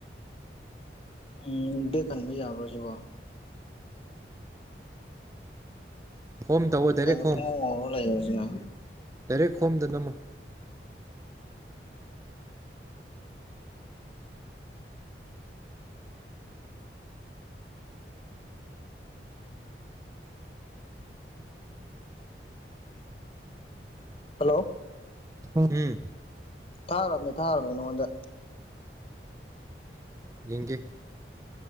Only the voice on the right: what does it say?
ꯍꯣꯝ ꯇꯧꯋꯣ ꯗꯥꯏꯔꯦꯛ
ꯍꯣꯝ
ꯗꯥꯏꯔꯦꯛ ꯍꯣꯝꯗ ꯅꯝꯃꯨ
<unintelligible>
ꯌꯦꯡꯒꯦ